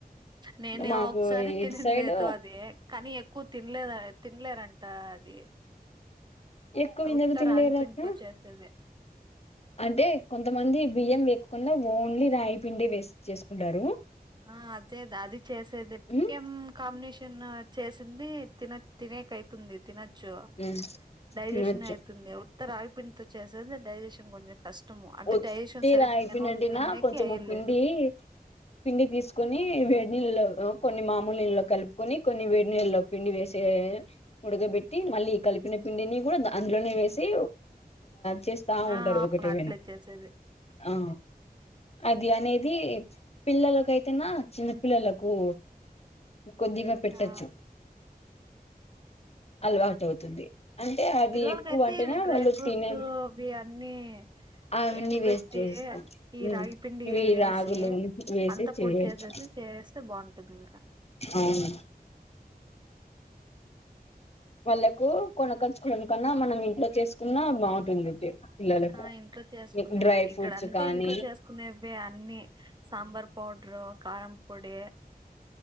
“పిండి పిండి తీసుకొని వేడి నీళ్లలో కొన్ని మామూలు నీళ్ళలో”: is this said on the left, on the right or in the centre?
Left